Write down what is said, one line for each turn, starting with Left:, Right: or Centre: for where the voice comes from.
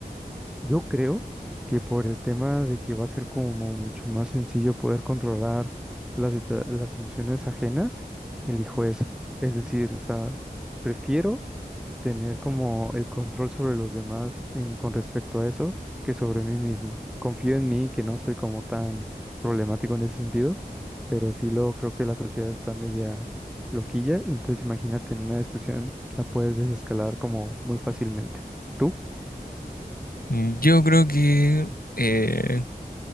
Centre: Yo creo que por el tema de que va a ser como mucho más sencillo poder controlar las, situa- las emociones ajenas, elijo eso. Es decir, o sea, prefiero tener como el control sobre los demás eh, con respecto a eso que sobre mí mismo. Confío en mí, que no soy como tan problemático en ese sentido, pero sí lo creo que la sociedad está media loquilla, y entonces imagínate en una discusión la puedes desescalar como muy fácilmente. ¿Tú?
Left: Mm, Yo creo que eh,